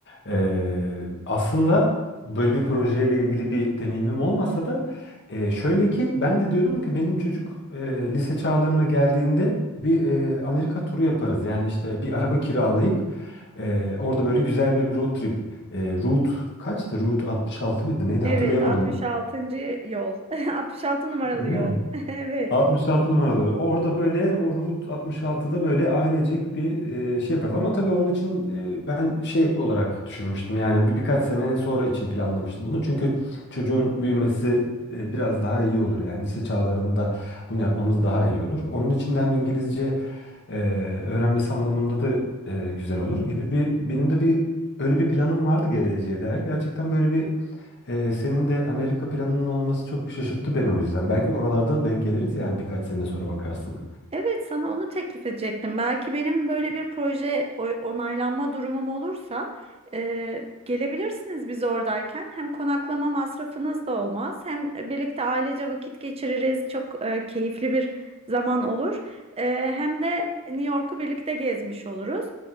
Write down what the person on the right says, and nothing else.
Evet,
66. yol. <laughs> 66 numaralı
yol.
<laughs> Evet.
Evet, sana onu teklif edecektim. Belki benim böyle bir proje o- onaylanma durumum olursa e, gelebilirsiniz biz oradayken. Hem konaklama masrafınız da olmaz, hem birlikte ailece vakit geçiririz. Çok e, keyifli bir zaman olur. E, hem de New York'u birlikte gezmiş oluruz.